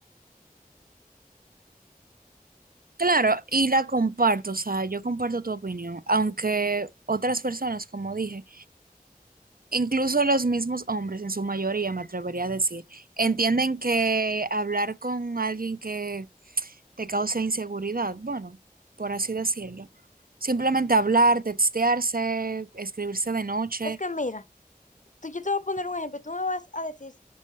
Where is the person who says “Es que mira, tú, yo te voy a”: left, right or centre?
Left